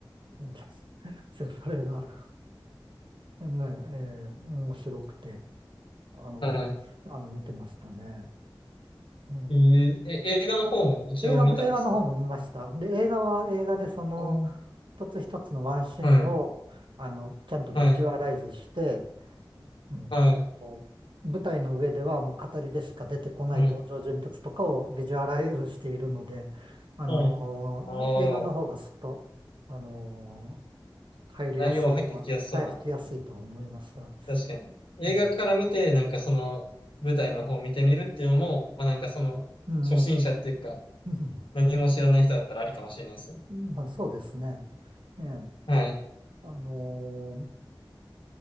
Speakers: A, on the right; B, on the left.
A: もう、<laughs> そうそれが、ね、ええ、面白くて、あの、
B: はい。
A: 見て、あの、見てましたね。え
B: えーえ、映画の方も一応見たんですか
A: え、映画も、映画の方も見ました。で、映画は映画で、その、
B: うん
A: 一つ一つのワンシーンを、
B: はい。
A: あの、ちゃんとビジュアライズして、
B: はい。
A: うん、
B: はい。
A: こう舞台の上ではもう語りでしか出てこない登場人物とかをビジュアライズしているので、
B: はい。
A: あのー映画の方がすっと、
B: はい。ああ、
A: あのー入りやすいとは、
B: 内容は入ってきやすそうな。
A: 入りやすいとは思いますが。
B: 確かに。映画から見て、
A: うん。
B: なんかその舞台の方を見てみるっていうのも、まあなんかその初心者っていうか、
A: うん。うん
B: 何も知らない人だったらありかもしれないですね。
A: うんまあ、そうですね。ええ。
B: はい。
A: あのー